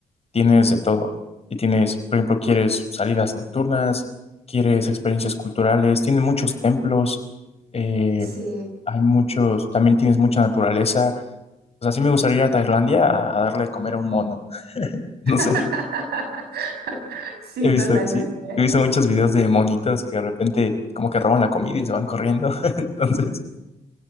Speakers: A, on the left; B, on the right.
A: tienes de todo, y tienes, por ejemplo, quieres salidas nocturnas, quieres experiencias culturales, tiene muchos templos, eh,
B: Sí.
A: hay muchos, también tienes mucha naturaleza, o sea, sí me gustaría ir a Tailandia a, a darle de comer a un mono, <laughs> no
B: <laughs>
A: sé,
B: Sí,
A: he visto,
B: totalmente.
A: sí, he visto muchos videos de monitos que de repente como que roban la comida y se van corriendo, <laughs> entonces...